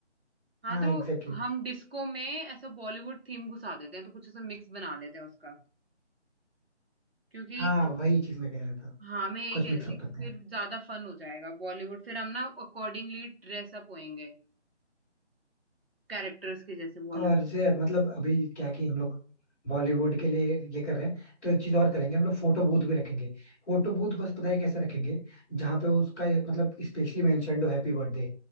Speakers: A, on the right; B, in the centre.
A: हाँ
B: हाँ
A: तो
B: एग्जैक्टली exactly.
A: हम डिस्को में ऐसा बॉलीवुड थीम घुसा देते हैं तो कुछ ऐसा मिक्स बना लेते हैं उसका क्योंकि
B: हाँ वही चीज मैं कह रहा था
A: हाँ मैं यही
B: कुछ
A: कह
B: मिक्सअप
A: रही थी
B: करते
A: कि फिर
B: हैं
A: ज्यादा फन हो जाएगा बॉलीवुड फिर हम ना अकॉर्डिंगली ड्रेसअप होएंगे कैरेक्टर्स के जैसे बॉलीवुड
B: और जैसे मतलब अभी क्या कि हम लोग बॉलीवुड के लिए ये कर रहे हैं तो एक चीज और करेंगे हम लोग फोटो बूथ भी रखेंगे फोटो बूथ बस पता है कैसे रखेंगे जहाँ पे उसका ये मतलब स्पेशली मेंशन्ड हो हैप्पी बर्थडे